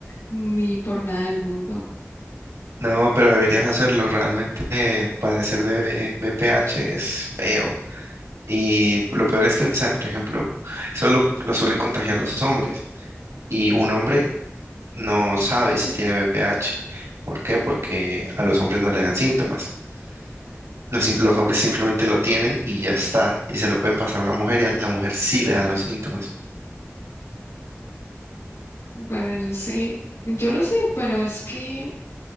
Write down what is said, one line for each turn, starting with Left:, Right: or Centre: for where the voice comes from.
Left: ni por nada del mundo.
Right: No, pero deberías hacerlo. Realmente eh, padecer de BPH es feo. Y lo peor es que, o sea, por ejemplo, solo lo suelen contagiar los hombres. Y un hombre no sabe si tiene BPH. ¿Por qué? Porque a los hombres no le dan síntomas. Los, sin- los hombres simplemente lo tienen y ya está. Y se lo pueden pasar a una mujer y a la mujer sí le dan los síntomas.
Left: Bueno, yo sé, yo lo sé, pero es que